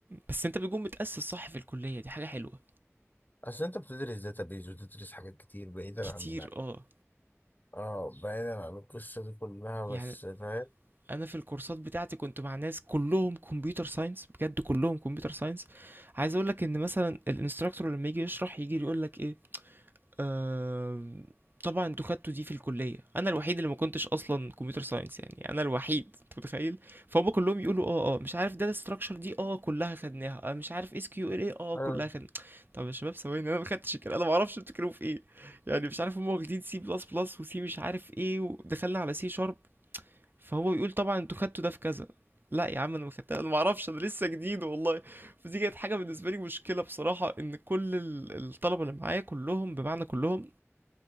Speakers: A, on the right; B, on the left.
A: بس انت بتكون متاسس صح في الكليه دي حاجه حلوه
B: أصل أنت بتدرس داتابيز وتدرس حاجات كتير بعيدا
A: كتير
B: عن
A: اه
B: اه بعيدا عن القصة دي كلها بس
A: يعني
B: فاهم
A: انا في الكورسات بتاعتي كنت مع ناس كلهم كمبيوتر ساينس بجد كلهم كمبيوتر ساينس عايز اقول لك ان مثلا الانستراكتور لما يجي يشرح يجي يقول لك ايه آم، طبعا انتوا خدتوا دي في الكليه انا الوحيد اللي ما كنتش اصلا كمبيوتر ساينس يعني انا الوحيد انت متخيل فهم كلهم يقولوا اه اه مش عارف داتا ستراكشر دي اه كلها خدناها آه مش عارف اس كيو ال ايه اه كلها
B: أيوة.
A: خدنا طب يا شباب ثواني انا ما خدتش الكلام انا ما اعرفش بتتكلموا في ايه يعني مش عارف هم واخدين سي بلس بلس وسي مش عارف ايه ودخلنا على سي شارب فهو يقول طبعا انتوا خدتوا ده في كذا لا يا عم انا ما خدتها انا ما اعرفش انا لسه جديد والله فدي كانت حاجه بالنسبه لي مشكله بصراحه ان كل ال- الطلبه اللي معايا كلهم بمعنى كلهم